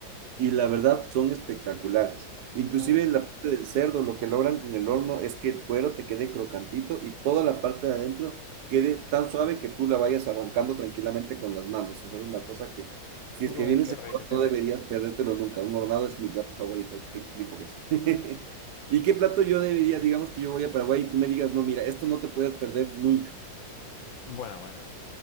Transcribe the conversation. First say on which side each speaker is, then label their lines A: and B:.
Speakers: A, on the right; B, on the left.
A: y la verdad son espectaculares. Inclusive
B: Uy,
A: la parte del cerdo, lo que logran con el horno es que el cuero te quede crocantito y toda la parte de adentro quede tan suave que tú la vayas arrancando tranquilamente con las manos. Esa es una cosa que, si
B: uy,
A: es que vienes
B: qué
A: a
B: rico,
A: Ecuador,
B: qué
A: no
B: rico.
A: deberías perdértelo nunca. Un hornado es mi plato favorito, qué rico que es. <laughs> ¿Y qué plato yo debería, digamos que yo voy a Paraguay y tú me digas, no, mira, esto no te puedes perder nunca.
B: Bueno, bueno.